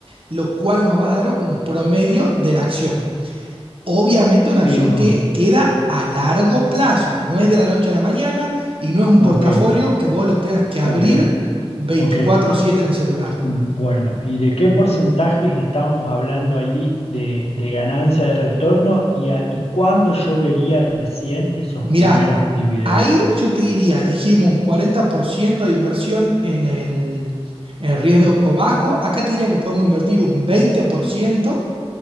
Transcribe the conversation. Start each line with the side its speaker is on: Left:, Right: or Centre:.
Right: lo cual nos va a dar un promedio de la acción. Obviamente una
Left: sí,
Right: acción
Left: no,
Right: que
Left: no,
Right: queda a largo plazo, no es de la noche a la mañana y no es un
Left: ok,
Right: portafolio que vos lo tengas que abrir
Left: ok,
Right: 24/7
Left: ok.
Right: en el celular.
Left: Bueno, ¿y de qué porcentajes estamos hablando ahí de, de ganancia de retorno y, a- y cuándo yo vería recién esos
Right: Mirá,
Left: primeros dividendos?
Right: ahí yo te diría, dijimos un 40% de inversión en el, en el riesgo bajo, acá te diría que podemos invertir un veinte por ciento